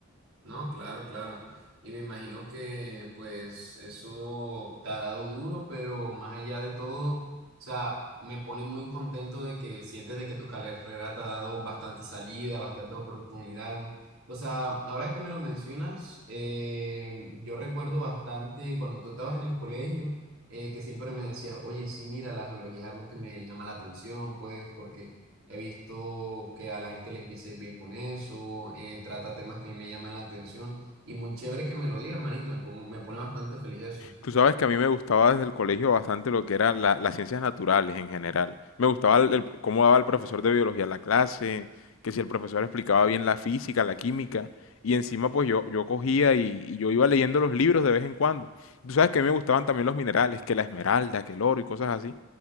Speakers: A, on the right (about 75°); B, on the left (about 70°).
A: No, claro, claro. Y me imagino que pues eso te ha dado duro, pero más allá de todo, o sea, me pone muy contento de que sientes de que tu carrera te ha dado bastante salida, bastantes oportunidades. O sea, ahora que me lo mencionas, eh, yo recuerdo bastante cuando tú estabas en el colegio, eh, que siempre me decías, oye, sí, mira, la geología es algo que me llama la atención, pues, porque He visto que a la gente le empieza a ir bien con eso, eh, trata temas que a mí me llaman la atención y muy chévere que me lo digas, manito, me pongo- me pone bastante feliz eso.
B: Tú sabes que a mí me gustaba desde el colegio bastante lo que eran las ciencias naturales en general. Me gustaba el- el- cómo daba el profesor de biología la clase, que si el profesor explicaba bien la física, la química. Y encima pues yo, yo cogía y, y yo iba leyendo los libros de vez en cuando. Tú sabes que a mí me gustaban también los minerales, que la esmeralda, que el oro y cosas así.